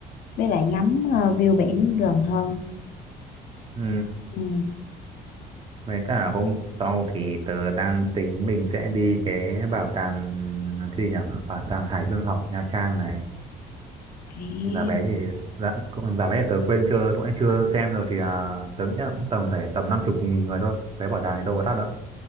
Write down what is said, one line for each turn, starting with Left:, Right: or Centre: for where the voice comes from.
Left: với lại ngắm ờ, view biển gần hơn
Right: Ừ,
Left: ừ.
Right: với cả hôm sau thì tớ đang tính mình sẽ đi cái bảo tàng cái gì nhỉ? Bảo tàng Hải Dương học Nha Trang này.
Left: à,
Right: Giá vé thì giá, cũng- giá vé thì tớ quên chưa cũng chưa xem rồi thì à, tớ nghĩ là cũng tầm phải tầm năm chục nghìn người thôi. Vé bảo tàng thì đâu có đắt đâu.